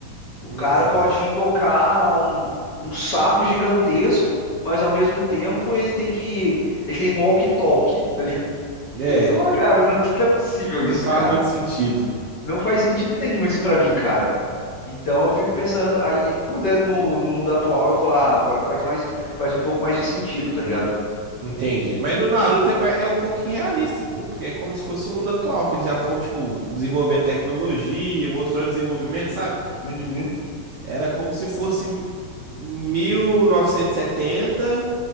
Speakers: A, on the left (about 45°); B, on the right (about 85°).
A: O
B: não
A: cara
B: faz.
A: pode invocar um, um sapo gigantesco, mas ao mesmo tempo ele tem que, ele tem um walkie-talkie, tá
B: É,
A: eu vou, cara, não, <laughs> não é possível
B: não
A: isso,
B: faz
A: cara.
B: muito sentido.
A: Não faz sentido nenhum isso pra mim, cara. Então eu fico pensando, aí quando é no, no mundo atual, eu falo, ah, agora faz mais, faz um pouco mais de sentido, tá ligado?
B: Entendi. Mas no Naruto é, ba- é um pouquinho realista, pô, porque é como se fosse o mundo atual, que eles já estão, tipo, desenvolvendo tecnologia, mostrando desenvolvimento, sabe?
A: Uhum.
B: Era como se fosse 1970